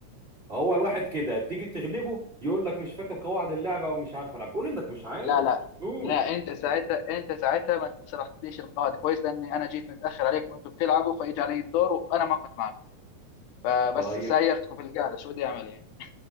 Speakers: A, on the right; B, on the left.
A: هو الواحد كده تيجي تغلبه يقول لك مش فاكر قواعد اللعبة ومش عارف العب قول انك مش عارف
B: لا لا
A: قول
B: لا انت ساعتها انت ساعتها ما شرحتليش القواعد كويس لاني انا جيت متاخر عليك وانتم بتلعبوا فاجى علي الدور وانا ما كنت معكم فبس
A: طيب
B: سايرتكم في القعده شو بدي اعمل يعني